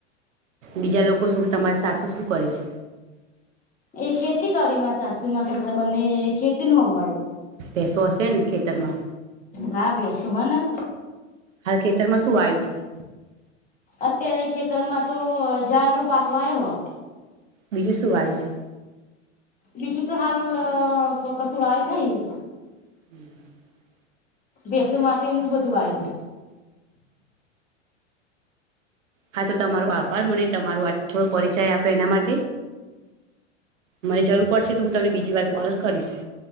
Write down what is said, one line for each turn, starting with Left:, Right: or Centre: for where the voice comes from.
Right: બીજા લોકો શું કે તમારી સાસુ શું કરે છે.
Left: એ ખેતી કરીમાં સાસુ માં સસરા બંને ખેતી નું હમ્ભાડે
Right: ભેસો હશે ને ખેતરમાં
Left: હા ભૈસું હ ને.
Right: હાલ ખેતરમાં શું વાયું છે.
Left: અત્યારે ખેતરમાં તો જાર નો પાક વાયો હ.
Right: બીજુ શું વાયુ છે.
Left: બીજું તો હાલ કશું વાયું નહી.
Right: <inaudible>
Left: ભેંસો માટે એનું જ બધું વાયુ હ.
Right: હા તો તમારો આભાર મને તમારો આટ થોડો પરિચય આપ્યો એના માટે. મને જરૂર પડશે તો હું તમને બીજી વાર કોલ કરીશ.